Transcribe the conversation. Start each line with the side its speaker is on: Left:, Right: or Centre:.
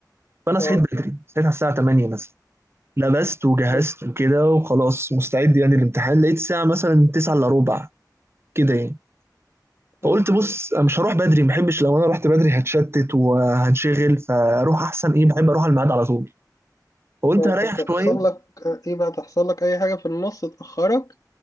Right: فأنا صحيت
Left: أه
Right: بدري صحيت على الساعة 8 مثلا لبست وجهزت
Left: مم.
Right: وكده وخلاص مستعد يعني للامتحان لقيت الساعة مثلا 9 إلا ربع كده يعني
Left: مم.
Right: فقلت بص أنا مش هروح بدري ما بحبش لو أنا رحت بدري هتشتت وهنشغل فأروح أحسن إيه بحب أروح على الميعاد على طول فقلت
Left: لو
Right: هريح
Left: هتحصل
Right: شوية
Left: لك إيه بقى تحصل لك أي حاجة في النص تأخرك